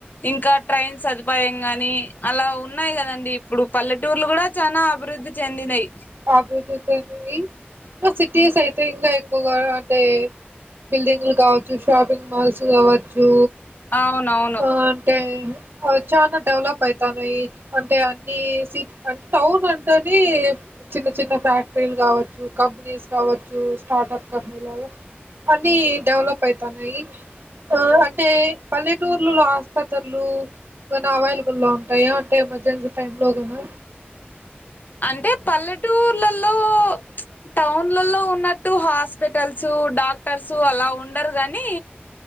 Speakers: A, on the left; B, on the right.
A: ఇంకా ట్రయిన్ సదుపాయం గాని భయంగానీ అలా ఉన్నాయి కదండి ఇప్పుడు పల్లెటూర్లు కూడా చనా అభివృద్ధి చెందినాయి
B: ఆగృతుతేన్ గోయింగ్ ఇంగ సిటీీస్ అయితే ఇంగా ఎక్ ఎక్కొగా అంతే బిల్డింగ్లు కావచ్చు, షాపింగ్ మాల్స్ కావచ్చు.
A: అవునవును
B: అ అంటే అద్ చాలా డెవలప్ అయితన్నాయి. అంటే అన్ని సిట్ అం టౌన్లంటేనీ చిన్న చిన్న ఫ్యాక్టరీల్ కావచ్చు కంపెనీస్ కావచ్చు స్టార్టఅప్ కంపెనీలగ. అన్ని డెవలప్ అయితన్నై ఆ అంటే పల్లె. టర్లులో ఆస్పతర్లు వెన్ అవైలబుల్ ఉంటాయా అంటే ఎమర్జెన్సీ టైంలో నైనా
A: అంటే పల్లెటూర్లలో టౌన్లలో ఉన్నట్టు హాస్పిటల్స్ డాక్టర్స్ అలా ఉండరు గానీ.